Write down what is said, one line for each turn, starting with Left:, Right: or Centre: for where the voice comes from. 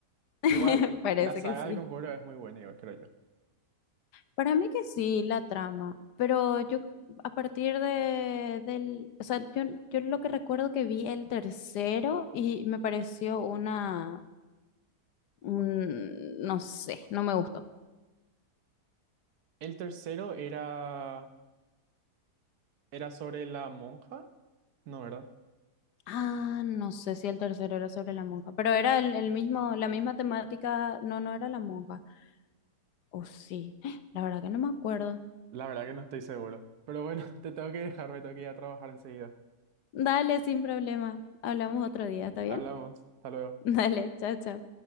Left: <laughs>
Right: Igual,
Left: Parece
Right: la saga
Left: que sí.
Right: del Conjuro es muy buena, igual, creo yo.
Left: Para mí que sí, la trama, pero yo c- a partir de, del, o sea, yo, yo lo que recuerdo que vi el tercero y me pareció una, un- no sé, no me gustó.
Right: El tercero era, era sobre la monja, ¿no, verdad?
Left: Ah, no sé si el tercero era sobre la monja, pero era el, el mismo, la misma temática, no, no era la monja, o sí, <gasps> la verdad que no me acuerdo.
Right: La verdad que no estoy seguro. Pero bueno, <laughs> te tengo que dejar, me tengo que ir a trabajar enseguida.
Left: Dale, sin problema, hablamos otro día, ¿está bien?
Right: Hablamos, hasta luego.
Left: <laughs> Dale, chao, chao.